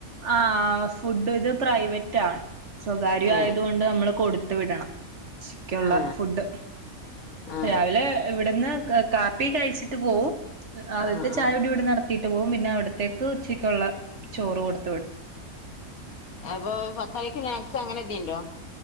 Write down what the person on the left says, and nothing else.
ഏ
ആ
ആ
ആ ആ
അപ്പൊ പത്തയ്ക്ക് സ്നാക്സ് അങ്ങനെന്തേണ്ടോ?